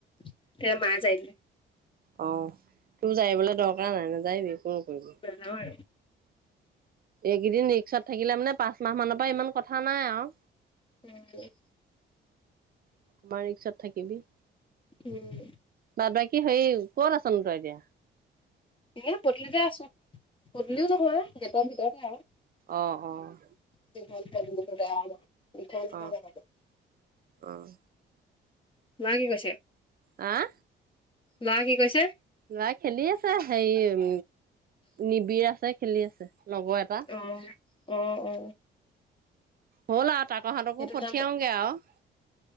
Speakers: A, on the left; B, on the right.
A: তে মাই জাৰিলে।
B: অঁ, তোৰ জাৰিবলে দৰকাৰ নাই, নেজাৰিবি মই কৈছোঁ।
A: জাৰোৱে।
B: এইকেইদিন ৰিক্সত থাকিলে মানে পাঁচ মাহমানৰ পৰা ইমান কথা নাই আৰু।
A: উম, উম।
B: তোমাৰ ৰিক্সত থাকিবি।
A: উম।
B: বা--বাকী কি হেৰি ক'ত আছনো তই এতিয়া?
A: এই পদুলিতে আছোঁ। পদুলিও নহয়, গেটৰ ভিতৰতে আৰু।
B: অঁ, অঁ।
A: দীঘল দীঘল ধুন্দুলীটো বেয়া হেনো মিঠা মিঠা
B: অ',
A: লাগে মুখ
B: অ',
A: ল'ৰা কি কৰিছে?
B: আঁ
A: ল'ৰা কি কৰিছে?
B: ল'ৰাই খেলি আছে হেৰি উম নিবিৰ আছে, খেলি আছে লগৰ এটা।
A: অ', অ', অ',
B: হ'ল আৰু তাপা সিহঁতকো
A: সেইটো
B: পঠিয়াওগৈ
A: নাম
B: আৰু।